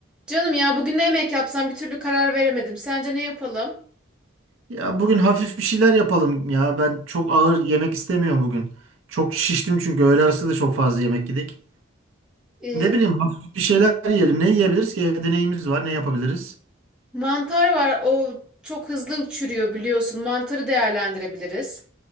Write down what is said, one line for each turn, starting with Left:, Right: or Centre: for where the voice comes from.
Centre: Canım ya bugün ne yemek yapsam bir türlü karar veremedim. Sence ne yapalım?
Right: Ya bugün hafif bir şeyler yapalım ya. Ben çok ağır yemek istemiyorum bugün. Çok şiştim çünkü öğle arası da çok fazla yemek yedik.
Centre: Ee,
Right: Ne bileyim hafif bir şeyler yiyelim. Ne yiyebiliriz ki? Evde neyimiz var? Ne yapabiliriz?
Centre: mantar var. O çok hızlı çürüyor biliyorsun. Mantarı değerlendirebiliriz.